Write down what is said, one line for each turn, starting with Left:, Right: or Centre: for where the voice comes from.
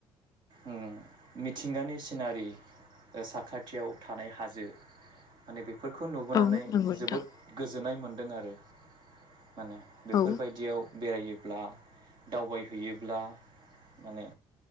Right: ओ मिथिंगानि सिनारि ओ साखाथियाव थानाय हाजो माने बेफोर खौ नुबोनानै
Left: औ नंगौ नोंथां
Right: जोबोद गोजोननाय मोनदों आरो माने बेफोरबायदियाव
Left: औ
Right: बेरायो ब्ला दावबायहैयोब्ला माने